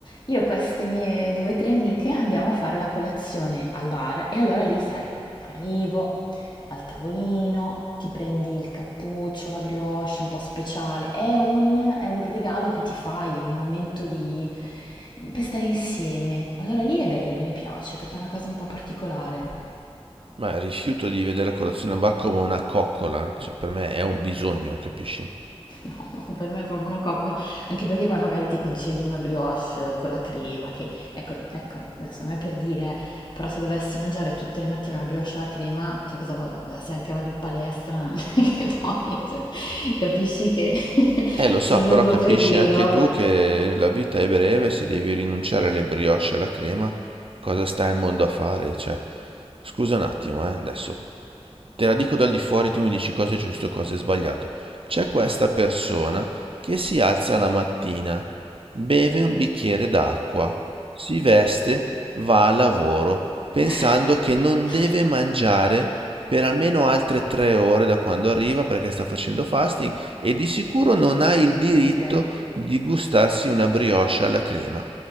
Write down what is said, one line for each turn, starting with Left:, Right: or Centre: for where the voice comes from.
Left: io e queste mie due o tre amiche andiamo a fare la colazione al bar e allora lì, sai, arrivo, al tavolino, ti prendi il cappuccio, la brioche un po' speciale. È un, è un regalo che ti fai, è un momento di, per stare insieme. Allora lì è bello, mi piace, perché è una cosa un po' particolare.
Right: Ma rifiuto di vedere la colazione al bar come una coccola, cioè per me è un bisogno, capisci?
Left: No, no, per me è proprio una coccola, anche perché poi magari ti concedi una brioche eh, con la crema, che ecco, ecco, adesso non è per dire, però se dovessi mangiare tutte le mattine una brioche alla crema, cioè cosa va- se anche vado in palestra, <laughs> che poi cioè, capisci che <laughs>
Right: Eh, lo so,
Left: sul lungo
Right: però capisci
Left: periodo...
Right: anche tu che la vita è breve, se devi rinunciare alle brioche e alla crema, cosa sta il mondo a fare? Cioè, scusa un attimo, eh, adesso te la dico dal di fuori, tu mi dici cosa è giusto e cosa è sbagliato. C'è questa persona che si alza la mattina, beve un bicchiere d'acqua, si veste, va al lavoro, pensando
Left: <laughs>
Right: che non deve mangiare per almeno altre tre ore da quando arriva perché sta facendo fasting e di sicuro non ha il diritto
Left: Ah, Ok,
Right: di gustarsi una brioche alla crema.